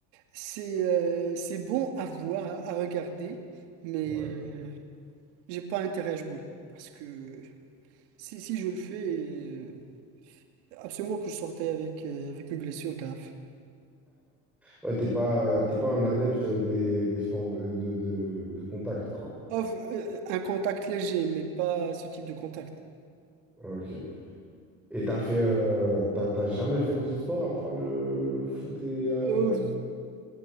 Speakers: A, on the right; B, in the centre.
A: c'est euh, c'est bon à voir, à regarder, mais
B: Ouais.
A: euh, j'ai pas intérêt à jouer. Parce que si, si je le fais. euh, Absolument que je sortais avec, euh, avec une blessure grave.
B: Ouais, t'es pas, t'es pas un adepte des, des sports de, de, de- de contact, quoi.
A: Off, euh, un contact léger, mais pas ce type de contact.
B: Ok. Et t'as fait, euh, t'as, t'as jamais fait d'autres sports à part le, le foot et la...
A: Euh,